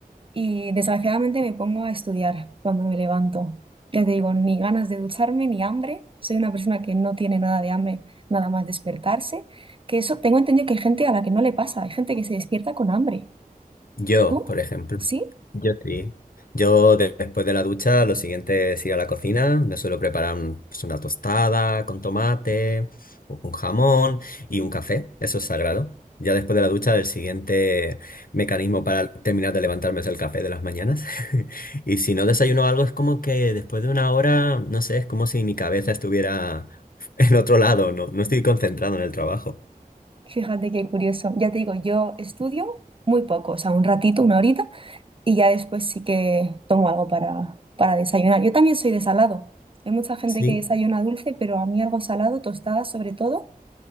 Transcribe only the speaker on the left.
Yo,
por ejemplo,
yo sí. Yo de- después de la ducha, lo siguiente es ir a la cocina. Me suelo preparar un- pues, una tostada con tomate, o con jamón y un café. Eso es sagrado. Ya después de la ducha, el siguiente mecanismo para terminar de levantarme es el café de las mañanas. <laughs> Y si no desayuno algo, es como que después de una hora, no sé, es como si mi cabeza estuviera <laughs> en otro lado. No, no estoy concentrado en el trabajo.
Sí.